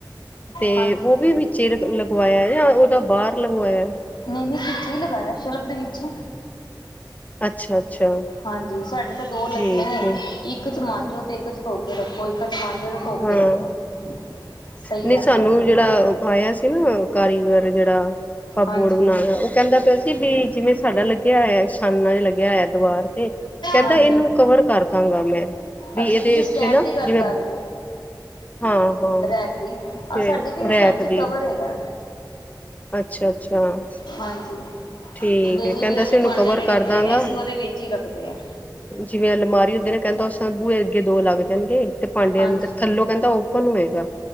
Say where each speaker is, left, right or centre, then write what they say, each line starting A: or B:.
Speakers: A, on the left; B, on the left.
A: ਤੇ
B: ਹਾਂਜੀ
A: ਉਹ ਵੀ ਚਿਰ ਲਗਵਾਇਆ ਜਾਂ ਉਹਦਾ ਬਾਹਰ ਲਗਵਾਇਆ
B: ਨਹੀਂ, ਨਹੀਂ ਪਿੱਛੇ ਹੀ ਲਗਾਇਆ ਸ਼ਲਬ ਦੇ ਵਿੱਚ
A: ਅੱਛਾ। ਅੱਛਾ
B: ਹਾਂਜੀ ਸਾਡੇ ਤੇ ਦੋ ਲੱਗੇ
A: ਠੀਕ
B: ਨੇ
A: ਹੈ
B: ਇੱਕ ਚ ਮਾਂਜੋ ਤੇ ਇੱਕ ਚ ਧੋ ਕੇ ਰੱਖੋ, ਇੱਕ ਚ ਮਾਂਜੋ ਤੇ ਧੋ
A: ਹੂੰ,
B: ਕੇ ਰੱਖੋ ਸਹੀ
A: ਨਹੀਂ
B: ਰਹਿੰਦਾ
A: ਸਾਨੂੰ
B: ਹੈ ਤਾਂ
A: ਜਿਹੜਾ ਆਇਆ ਸੀ ਨਾ ਕਾਰੀਗਰ ਜਿਹੜਾ ਕਪਬੋਰਡ
B: ਹਾਂਜੀ
A: ਬਣਾਉਣਾ ਉਹ ਕਹਿੰਦਾ ਪਿ ਵੀ ਜਿਵੇਂ ਸਾਡਾ ਲੱਗਿਆ ਹੋਇਆ ਛਾਨਨ ਲੱ ਗਿਆ ਹੈ ਦੁਵਾਰ ਤੇ ਕਹਿੰਦਾ
B: ਹਾਂਜੀ
A: ਇਹਨੂੰ ਕਵਰ ਕਰ ਦਾਂਗਾ ਮੈਂ ਬੀ
B: ਅੱਛਾ
A: ਇਹਦੇ
B: ਤੁਸੀਂ
A: ਇੱਥੇ
B: ਸਟੈਂਡ
A: ਨਾਂ
B: ਦੀ ਗੱਲ
A: ਜਿਵੇਂ
B: ਕਰ ਰਹੇ ਹੋ
A: ਹਾਂ ਹਾਂ
B: ਰੈਕ ਦੀ ਆਹ
A: ਤੇ
B: ਸਾਡੇ ਵੀ
A: ਰੈਕ
B: ਭੈਣ ਜੀ
A: ਦੀ
B: ਕਵਰ ਹੈਗਾ
A: ਅੱਛਾ ਅੱਛਾ
B: ਹਾਂਜੀ
A: ਠੀਕ
B: ਡੇਲੀ
A: ਹੈ ਕਹਿੰਦਾ
B: ਵੀ
A: ਸੀ
B: ਦੇ ਭਾਂਡੇ
A: ਉਹਨੂੰ ਕਵਰ
B: ਜਿਹੜੇ
A: ਕਰ
B: ਹੁੰਦੇ
A: ਦਾਂਗਾ
B: ਜਿਹਨ ਅਸੀਂ ਉਹਦੇ ਵਿੱਚ ਹੀ ਰੱਖਦੇ ਹਾਂ
A: ਜਿਵੇਂ ਅਲਮਾਰੀ ਹੁੰਦੇ ਨਾ ਕਹਿੰਦਾ ਉਹ ਬੂਏ ਅੱਗੇ ਦੋ ਲੱਗ ਜਾਣਗੇ ਤੇ ਭਾਂਡੇ
B: ਹਾਂਜੀ
A: ਅੰਦਰ ਥੱਲੋਂ ਕਹਿੰਦਾ ਓਪਨ ਹੋਏਗਾ,